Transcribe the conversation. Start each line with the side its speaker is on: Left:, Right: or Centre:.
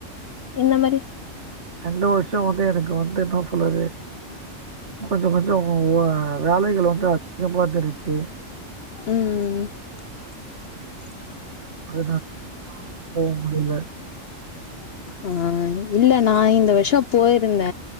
Left: இந்த மாரி
Right: ரண்டு வருஷ வந்து எனக்கு வந்து என்ன சொல்றது கொஞ்ச கொஞ்ச வேலைகள் வந்து அதிகமா தெருஞ்ச்சு
Left: ம் ம் ம்
Right: அதுதா போக முடில
Left: ஆ இல்ல நா இந்த வருச போயிருந்த